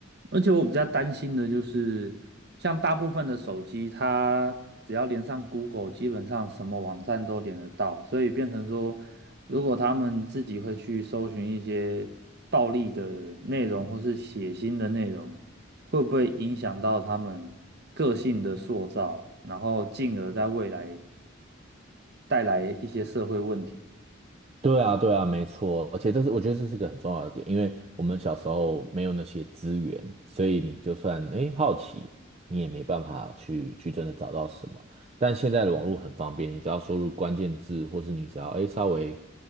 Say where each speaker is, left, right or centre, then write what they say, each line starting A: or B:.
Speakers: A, on the right; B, on the right.
A: 而且我比较担心的就是，像大部分的手机，它只要连上 Google，基本上什么网站都连得到，所以变成说，如果他们自己会去搜寻一些暴力的内容或是血腥的内容，会不会影响到他们个性的塑造，然后进而在未来带来一些社会问题？
B: 对啊，对啊，没错，而且这是我觉得这是个很重要的点，因为我们小时候没有那些资源，所以你就算诶好奇，你也没办法去去真的找到什么。但现在的网络很方便，你只要输入关键字，或是你只要诶稍微